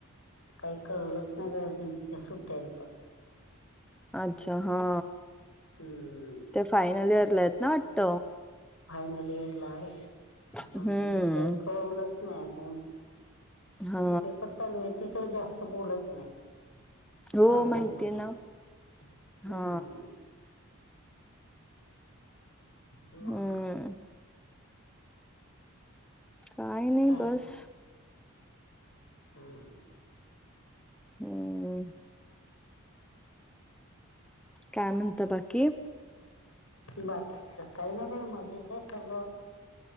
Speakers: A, on the left; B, in the centre.
A: काही कळलंच नाही बा अजून तिच्या सुट्ट्यांचं
B: अच्छा हा
A: हम्म
B: त्या फायनल इयरला आहेत ना आटत
A: फायनल इयरला आहे पण
B: हम्म
A: तिने काही कळवलंच नाही अजून
B: हा
A: तिचे पेपर चालू आहे ती काही जास्त बोलत नाही
B: हो
A: सांगेल
B: माहितीय
A: मणे
B: ना
A: हम्म
B: हा
A: मग
B: हम्म काही नाही
A: काय
B: बस
A: हम
B: हम काय म्हणताय बाकी
A: बाकी काही नाही बाई मजेत आहे सगळं